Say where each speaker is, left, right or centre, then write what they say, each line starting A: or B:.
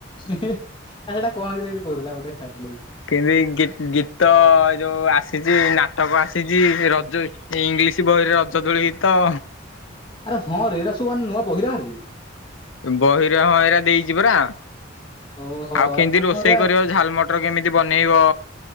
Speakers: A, on the left; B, on the left.
A: ଏହେ ଆରେ ଏଟା କଣ କିରେ ଗୋଟେ କହୁଥିଲା ଗୋଟେ <inaudible>
B: କେମତି ଗୀ ଗୀତ ଯୋଉ ଆସିଛି, ନାଟକ ଆସିଛି ରଜ ଏ ଇଂଲିଶ ବହିରେ ରଜଦୋଳି ଗୀତ।
A: ଆରେ ହଁ ରେ ଏରା ସବୁ ମାନେ ନୂଆ ବହିରେ ବାହାରିିଚି କି?
B: ବହିରେ ହଁ ଏରା ଦେଇଛି ପରା।
A: ଓହୋ
B: ଆଉ କେମିତି ରୋଷେଇ
A: ମୁଁ ଏରା
B: କରିବ ଝାଲମ ଟର କେମିତି ବନେଇବ,